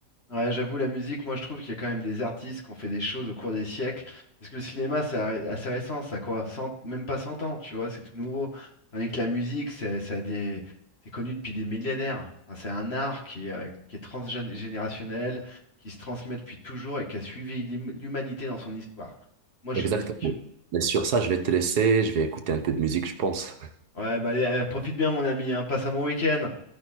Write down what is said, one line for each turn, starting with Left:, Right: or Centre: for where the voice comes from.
Left: Ouais, j'avoue, la musique, moi je trouve qu'il y a quand même des artistes qui ont fait des choses au cours des siècles. Parce que le cinéma, c'est arri- assez récent, ça a quoi? cent même pas 100 ans, tu vois, c'est tout nouveau. Tandis que la musique, c'est ça a des... c'est connu depuis des millénaires. Enfin, c'est un art qui, euh, qui est transgénérationnel, qui se transmet depuis toujours et qui a suivi l'hum- l'humanité dans son histoire. moi, je
Right: Exactement.
Left: suis musique.
Right: Mais sur ça, je vais te laisser, je vais écouter un peu de musique, je pense.
Left: Ouais, bah allez, euh, profite bien, mon ami, hein. Passe un bon week-end.